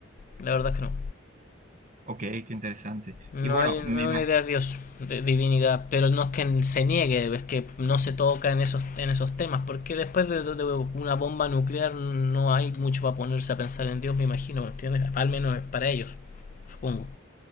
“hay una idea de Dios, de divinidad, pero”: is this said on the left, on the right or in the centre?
Left